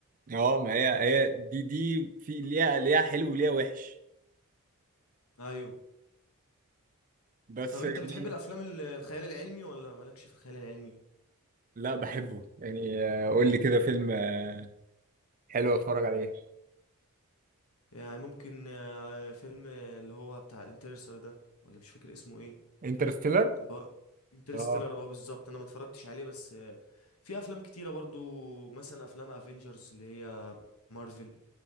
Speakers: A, on the right; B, on the left.
A: اه ما هي هي دي دي في ليها ليها حلو وليها وحش
B: ايوه
A: بس
B: طب انت
A: يعني
B: بتحب الافلام ال- الخيال العلمي ولا مالكش في الخيال العلمي
A: لا بحبه يعني آه، قول لي كده فيلم آه، حلو اتفرج عليه
B: يعني ممكن آه، فيلم آه، اللي هو بتاع انترستر ده ولا مش فاكر اسمه ايه
A: انترستيلر
B: اللي هو انترستيلر
A: اه
B: اه بالظبط انا ما اتفرجتش عليه بس آه، في افلام كتيره برضو مثلا افلام افنجرز اللي هي مارفل